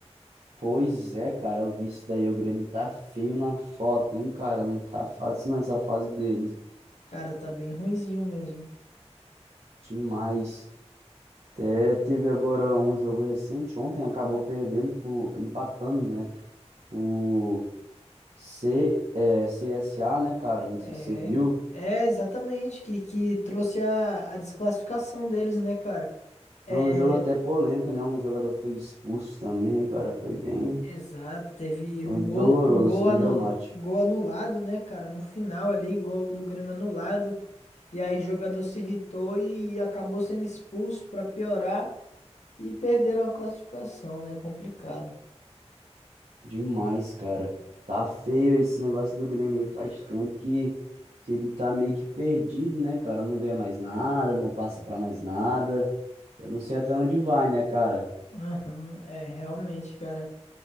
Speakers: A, on the right (about 75°); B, on the left (about 90°).
A: Pois é, cara, eu vi isso daí, o Grêmio tá feio na foto, hein, cara, não tá fácil nessa fase deles.
B: Cara, tá bem ruinzinho mesmo.
A: Demais. Até teve agora um jogo recente, ontem acabou perdendo por empatando, né? O C, é, CSA, né, cara? Não
B: É,
A: sei se você viu.
B: é exatamente, que, que trouxe a, a desclassificação deles, né, cara? é
A: Foi um jogo até polêmico, né? Um jogador foi expulso também, cara. Foi bem,
B: Exato, teve
A: bem
B: um gol,
A: doloroso,
B: um gol,
A: bem
B: anu,
A: dramático.
B: gol anulado, né, cara? No final ali, gol do Grêmio anulado. E aí o jogador se irritou e acabou sendo expulso pra piorar e perderam a classificação, né? Complicado.
A: Demais, cara. Tá feio esse negócio do Grêmio. aí. Faz tempo que, que ele tá meio que perdido, né, cara? Não ganha mais nada, não passa pra mais nada. Eu não sei até onde vai, né, cara?
B: Aham, é, realmente, cara.